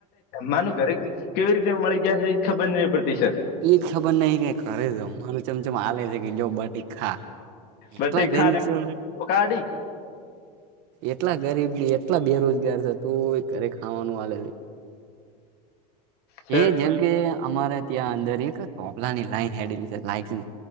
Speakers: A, on the left (about 50°); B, on the right (about 60°).
A: માનું ઘરે કેવી રીતે મળી ગયા છે, એ ખબર નહીં પડતી સર.
B: એઈજ ખબર નહીં કે કરેતો મા ચમચમ આલે છે, કે જો બટી ખા
A: બટ
B: એટલા
A: એ
B: ગરીબ
A: ખાને
B: છે,
A: કાઢી
B: એટલા ગરીબ એટલા બેરોજગાર થતું એ ઘરે ખાવાનું વઆલે છે.
A: સર
B: એ જેમ કે અમારે ત્યાં અંદર એક ચોપલાની લાઈન હેડલી છે લાઈ